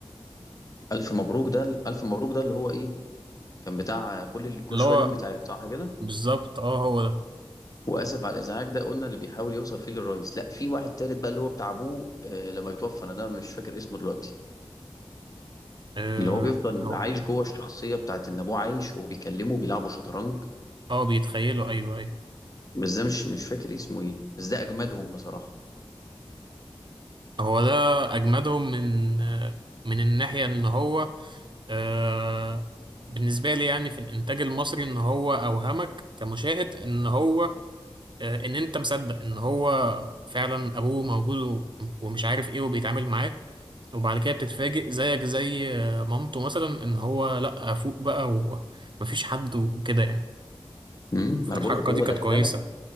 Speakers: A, on the left; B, on the right.
A: ألف مبروك ده ال ألف مبروك ده اللي هو إيه، كان بتاع كل ال كل
B: اللي
A: شوية
B: هو
A: ليهم بيتعاد، صح كده؟
B: بالظبط اه هو ده
A: واسف على الازعاج ده قلنا اللي بيحاول يوصل فيه للرئيس لا في واحد تالت بقى اللي هو بتاع ابوه آه، لما بيتوفى انا ده مش فاكر اسمه دلوقتي
B: اه
A: اللي هو بيفضل
B: هو
A: عايش جوه الشخصيه بتاعت ان ابوه عايش وهو بيكلمه بيلعبوا شطرنج
B: اه بيتخيلوا أيوة أيوة
A: بس ده مش مش فاكر اسمه ايه بس ده اجمدهم بصراحه
B: هو ده أجمدهم من آه، من الناحية إن هو آه، بالنسبة لي يعني في الإنتاج المصري إن هو أوهمك كمشاهد إن هو آه، إن أنت مصدق إن هو فعلا أبوه موجود و- ومش عارف إيه وبيتعامل معاه وبعد كده بتتفاجئ زيك زي آه، مامته مثلا إن هو لأ فوق بقى ومفيش حد وكده يعني
A: امم
B: فالحركة
A: ما انا بقول لك هو
B: دي كانت
A: دخلك
B: كويسة